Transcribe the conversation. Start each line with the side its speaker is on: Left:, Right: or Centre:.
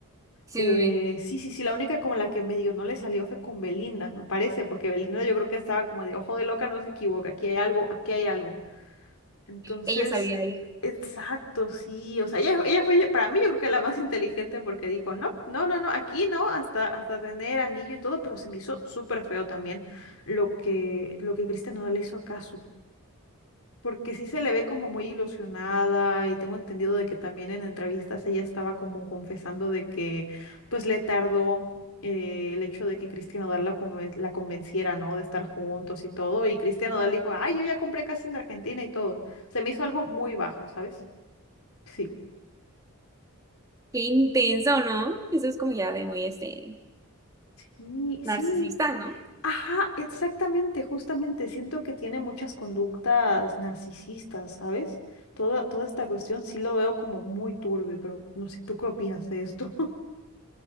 Right: Sí,
Left: Eh,
Right: sí, sí.
Left: sí, sí, sí, la única como la que medio no le salió fue con Belinda, me parece, porque Belinda yo creo que estaba como de ojo de loca, no se equivoca, aquí hay algo, aquí hay algo. Entonces,
Right: Ella sabía, ella-
Left: exacto, sí. O sea, ella, ella fue, para mí yo creo que la más inteligente porque dijo, no, no, no, no, aquí no, hasta, hasta tener anillo y todo, pero se me hizo súper feo también lo que, lo que Cristian no le hizo acaso porque sí se le ve como muy ilusionada y tengo entendido de que también en entrevistas ella estaba como confesando de que pues le tardó eh, el hecho de que Cristian Nodal la, conven- la convenciera, ¿no? De estar juntos y todo. Y Cristian Nodal dijo, ay, yo ya compré casa en Argentina y todo. Se me hizo algo muy bajo, ¿sabes? Sí.
Right: Qué intenso, ¿no? Eso es como ya de muy, este,
Left: Sí, sí.
Right: narcisista, ¿no?
Left: Ajá, exactamente, justamente. Siento que tiene muchas conductas narcisistas, ¿sabes? Toda, toda esta cuestión sí lo veo como muy turbio, pero no sé, ¿tú qué opinas de esto? <laughs>